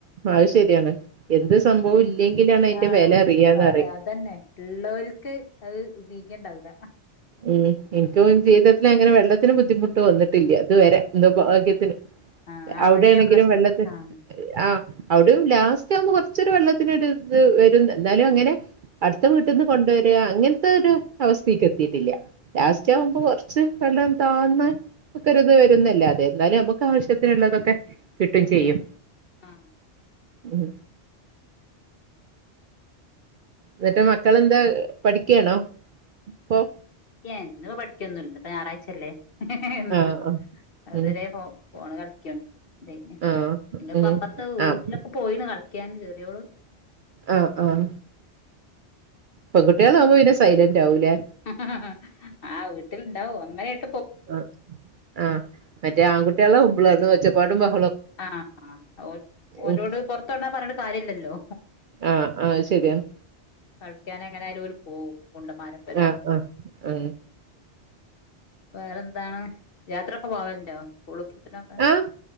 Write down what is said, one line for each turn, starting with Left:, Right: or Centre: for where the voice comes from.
Right: അത് ശരിയാണ് എന്ത് സംഭവും ഇല്ലെങ്കിലാണ് അതിന്റെ
Left: ആഹ്
Right: വില അറിയാന്ന്
Left: വേറെ
Right: അറി
Left: അതന്നെ ഇള്ളോൽക്ക് അത് അയ് ബീഗ്യം ണ്ടാവൂല
Right: ഉം ഇൻക് ജീവിതത്തില് അങ്ങനെ വെള്ളത്തിന് ബുദ്ധിമുട്ട് വന്നിട്ടില്ല ഇത് വരെ എന്തോ ഭാഗ്യത്തിന്
Left: ആഹ് അവിടിം
Right: അവിടെണെങ്കിലും
Left: ആ പ്രശ്നം
Right: വെള്ളത്തി
Left: ആഹ്
Right: ആഹ അവിടെയും ലാസ്റ്റ് ആവുമ്പോ കൊറച്ചൊരു വെള്ളത്തിന് ഒര് ഇത് വരും എന്നാലും അങ്ങനെ അടുത്ത വീട്ടിൽ നിന്ന് കൊണ്ടുവരിക അങ്ങനത്തെ ഒരു അവസ്ഥക്ക് എത്തിട്ട് ഇല്ല ലാസ്റ്റ് ആവുമ്പോ കുറച്ച് വെള്ളം താന്ന് ഒക്കരുത് വരുന്നല്ലാതെ എന്നാലും നമുക്ക് ആവശ്യത്തിനുള്ളതൊക്കെ കിട്ടും ചെയ്യും
Left: ആഹ
Right: ഉം എന്നിട്ട് മക്കളെന്താ പഠിക്കാണോ ഇപ്പൊ
Left: എന്നുപ്പോ പഠിക്കൊന്നുംഇല്ല ഇപ്പ ഞായറാഴ്ചല്ലേ ഹിഹി എന്നും
Right: ആഹ് ആഹ്
Left: ഇതരെ
Right: ഉം
Left: ഫോ- ഫോണ് കളിക്ക്യണ് എന്ത പിന്നെ
Right: ആഹ്
Left: ഇന്നിപ്പോ
Right: ഉം
Left: അപ്പറത്തെ വീട്ടിലൊക്കെ
Right: ആഹ്
Left: പോയിണ് കളി- ക്ക്യൻ ചെറിയൊള്
Right: ആഹ ആഹ പെൺകുട്യാളാവുമ്പോ പിന്നെ സൈലന്റ് ആവൂലേ
Left: ഹ്ഹ ഹ ആ വീട്ടിലുണ്ടാവും അങ്ങനെട്ടും
Right: ആ ആ മറ്റേ ആൺകുട്ടികളാവുമ്പാണ് ഒച്ചപ്പാടും ബഹ-
Left: ആഹ ആ ഓരോട്
Right: ഉം
Left: പൊറത്തൊണ്ടാ പറഞ്ഞ്ട്ട് കാര്യല്ലല്ലോ
Right: ആഹ് ആഹ് ശരിയാണ്
Left: കളിക്കാന് എങ്ങനെ ആയാലും ഓര് പോവും ഗുണ്ടന്മാരെപ്പരം
Right: ആ ആ ആ
Left: വേറെന്താണ് യാത്രയൊക്കെ പോവൽണ്ടോ സ്കൂൾ പൂട്ടിനൊക്കെ
Right: ആഹ്